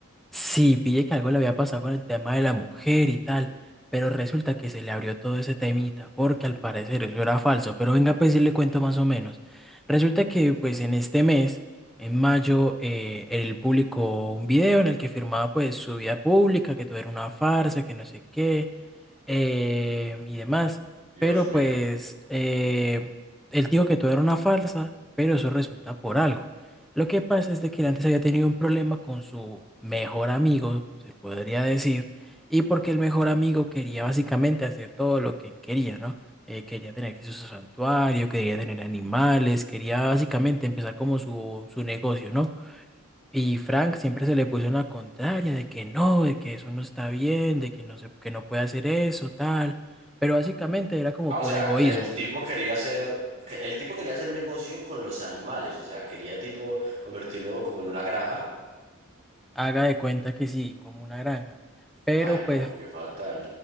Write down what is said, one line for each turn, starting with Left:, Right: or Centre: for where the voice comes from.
Centre: Sí, pillé que algo le había pasado con el tema de la mujer y tal, pero resulta que se le abrió todo ese temita, porque al parecer eso era falso, pero venga pues sí le cuento más o menos. Resulta que pues en este mes, en mayo, eh, él publicó un video en el que firmaba pues su vida pública, que todo era una farsa, que no sé qué, eh, y demás.
Right: Dios
Centre: Pero
Right: mío.
Centre: pues eh, él dijo que todo era una farsa, pero eso resulta por algo. Lo que pasa es de que él antes había tenido un problema con su mejor amigo, se podría decir, y porque el mejor amigo quería básicamente hacer todo lo que él quería, ¿no? Eh, quería tener aquí su santuario, quería tener animales, quería básicamente empezar como su, su negocio, ¿no? Y Frank siempre se le puso en la contraria de que no, de que eso no está bien, de que no se, que no puede hacer eso, tal. Pero básicamente era como
Right: Ah,
Centre: por
Right: o sea,
Centre: egoísmo.
Right: el tipo quería hacer, que- el tipo quería hacer un negocio con los animales, o sea, quería tipo convertirlo como en una granja
Centre: Haga de cuenta que sí, como una granja. Pero
Right: Ay, no,
Centre: pues
Right: qué fatal.